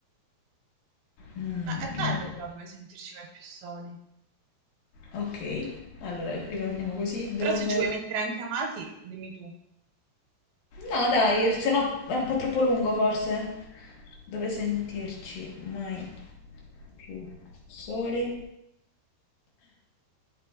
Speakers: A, on the left; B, on the right.
A: mm,
B: Ma è bello
A: non mi viene.
B: però dove sentirci mai più soli.
A: Ok, allora rimaniamo così, dove...
B: Però se ci vuoi mettere anche amati, dimmi tu,
A: No, dai, se no è un po' troppo lungo forse. Dove sentirci mai più soli?